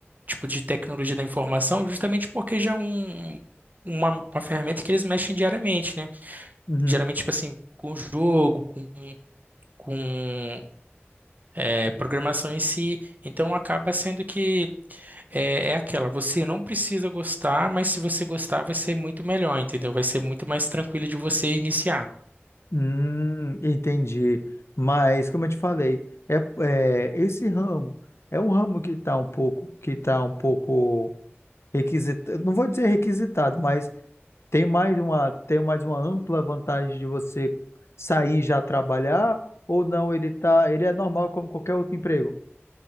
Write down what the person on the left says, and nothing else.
uhum.
Hum, entendi. Mas como eu te falei, é, é, esse ramo é um ramo que está um pouco que tá um pouco requisitado. Não vou dizer requisitado, mas tem mais uma tem mais uma ampla vantagem de você sair e já trabalhar ou não? Ele tá ele é normal como qualquer outro emprego.